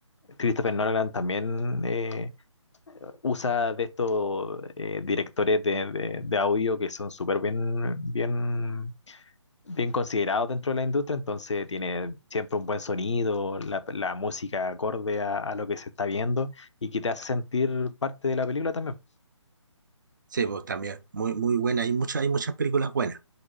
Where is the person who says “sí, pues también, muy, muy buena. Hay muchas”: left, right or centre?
Right